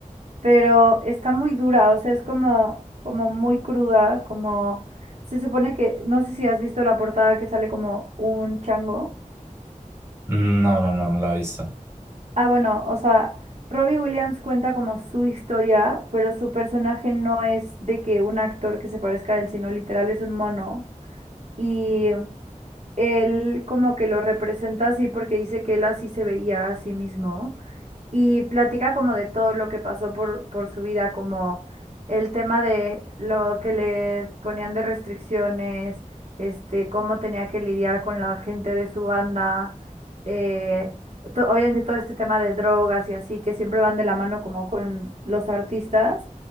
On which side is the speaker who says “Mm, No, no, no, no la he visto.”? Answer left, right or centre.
Right